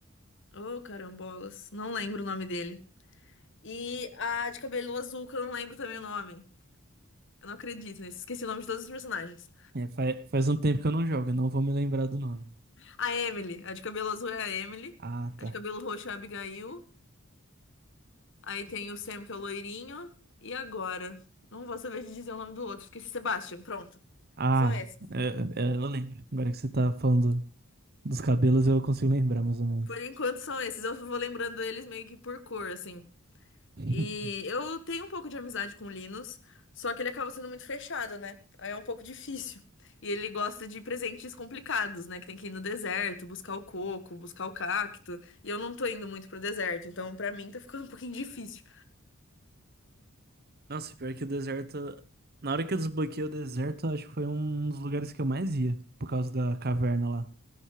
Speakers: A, on the left; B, on the right.
A: Oh, carambolas, não lembro o nome dele. E a de cabelo azul, que eu não lembro também o nome. Eu não acredito nisso, esqueci o nome de todos os personagens.
B: É, faz, faz um tempo que eu não jogo, eu não vou me lembrar do nome.
A: A Emily. A de cabelo azul é a Emily.
B: Ah,
A: A
B: tá.
A: de cabelo roxo é a Abigail. Aí tem o Sam, que é o loirinho. E agora? Não vou saber te dizer o nome do outro. Esqueci Sebastian. Pronto.
B: Ah,
A: São esses.
B: é- é, eu lembro. Agora que você tá falando dos cabelos, eu consigo lembrar mais ou menos.
A: Por enquanto são esses. Eu vou lembrando eles meio que por cor, assim.
B: <laughs>
A: E eu tenho um pouco de amizade com o Linus, só que ele acaba sendo muito fechado, né? Aí é um pouco difícil. E ele gosta de presentes complicados, né? Que tem que ir no deserto, buscar o coco, buscar o cacto. E eu não tô indo muito pro deserto, então pra mim tá ficando um pouquinho <laughs> difícil.
B: Nossa, pior que o deserto. Na hora que eu desbloqueei o deserto, acho que foi um dos lugares que eu mais ia, por causa da caverna lá.